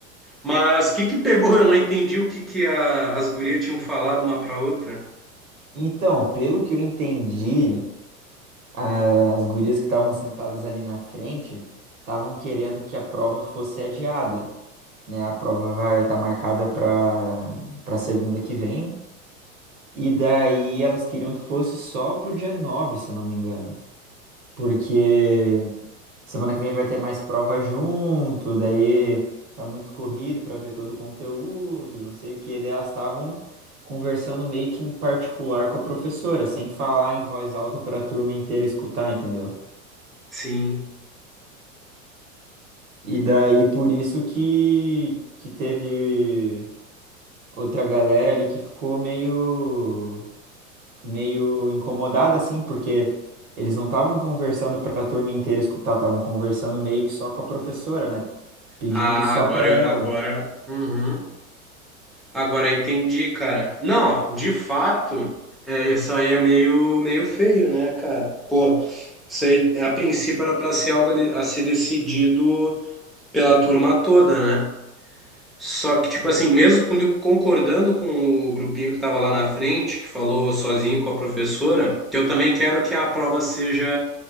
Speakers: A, in the centre; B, on the right.
A: Mas o que que pegou? Eu não entendi o que que a- as gurias tinham falado uma pra outra.
B: Então, pelo que eu entendi, a- as gurias que estavam sentadas ali na frente estavam querendo que a prova fosse adiada, né? A prova vai estar marcada para para segunda que vem. E daí elas queriam que fosse só pro dia nove se eu não me engano. Porque semana que vem vai ter mais prova junto, daí tá muito corrido pra ver todo o conteúdo, não sei o que. Daí elas estavam conversando meio que em particular com a professora, sem falar em voz alta pra turma inteira escutar, entendeu?
A: Sim.
B: E daí por isso que, que teve outra galera ali que ficou meio. meio incomodada, assim, porque eles não estavam conversando para a turma inteira escutar, estavam conversando meio que só com a professora, né? Pedindo
A: Ah,
B: só
A: agora,
B: para
A: eu-
B: ela.
A: agora, uhum. Agora eu entendi, cara. Não, de fato, é, isso aí é meio, meio feio, né, cara? Pô, isso aí, a princípio era pra ser algo de- a ser decidido pela turma toda, né? Só que, tipo assim, mesmo comigo concordando com o grupinho que tava lá na frente, que falou sozinho com a professora, que eu também quero que a prova seja